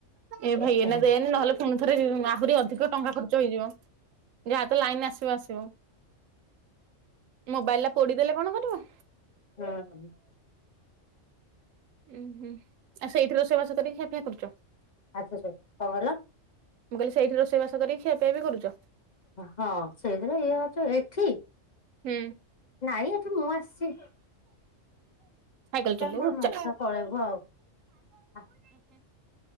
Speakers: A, on the right; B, on the left.
A: ଏ ଭାଇ
B: ଏତେ
A: ଏନା
B: ହାଣି
A: ଦେନି ନହେଲେ ପୁଣିଥରେ ଆହୁରି ଅଧିକ ଟଙ୍କା ଖର୍ଚ୍ଚ ହେଇଯିବ। ଯାହା ତ ଲାଇନ ଆସିବ ଆସିବ ମୋବାଇଲ ଟା ପୋଡିଦେଲେ କଣ କରିବ?
B: ହୁଁ-
A: ଉୁଁ ହୁଁ ଆଉ ସେଇଥି ରୋଷେଇ ବସେଇ କରିକ ଖିଆ ପିଆ କରୁଛ।
B: ଆଚଛା ସ କଣ କହିଲ-
A: ମୁଁ କହିଲି ସେଇଠି ରୋଷେଇବାସକରିକି ଖିଆ ପିଆ କରୁଛ।
B: ହଁ ସେଇଦିନ ଇଏ ହଉଚ ଏଠି
A: ହୁଁ।
B: ନାଇଁ ଏଠି ମୁଁ ଆସିଚି।
A: ସାଇକଲ ଚଲେଇବୁ।
B: ପୁଣି
A: ଉଠ
B: ମାଛ
A: ଚାଲ୍।
B: ପଳେଇବୁ ଆଉ ଆ